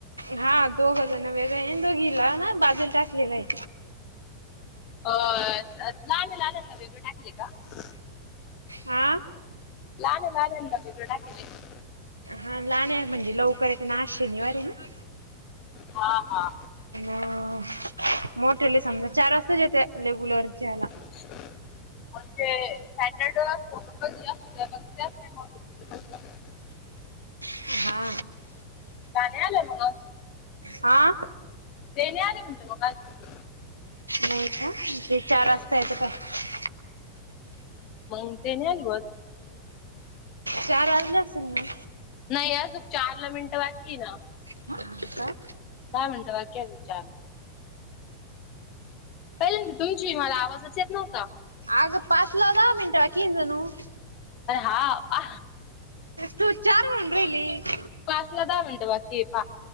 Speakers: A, on the right; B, on the left.
A: हा दोघजण वेगळे आहे आणि दोघीला ना बाजूला टाकलेलं आहे.
B: अ लहान्या लहान्यांना वेगळं टाकलय का <unintelligible>
A: हा
B: लहान <unintelligible>
A: हं लहान ये म्हणजे लवकर येते ना शनिवार ए ना.
B: हा हा.
A: अं मोठली समजा चार वाजताच येते. रेगुलरच्या याला.
B: <inaudible> म्हणजे सॅटर्डे टोबर जे अस त्याच य <unintelligible>
A: हा.
B: का नाही आलं मग
A: आ?
B: तेण्या आले म्हणज <unintelligible>
A: नाही का ते चार
B: नाही
A: वाजता येतं पाय <unintelligible>
B: मग ते नाही <unintelligible> आली बस?
A: चार वाजले असेल ना.
B: नाही अजूक चारला मिनटं बाकी आहे ना.
A: हा का?
B: दहा मिनट बाकी अजून चारला. पहिल्यांदा तुमची मला आवाजच येत नव्हता.
A: अगं पाचला दहा मिनिटे बा जणु <unintelligible>
B: अरे हा हा
A: तू चार म्हणून राहिली <unintelligible>
B: पाचला दहा मिनिटं बाकी पा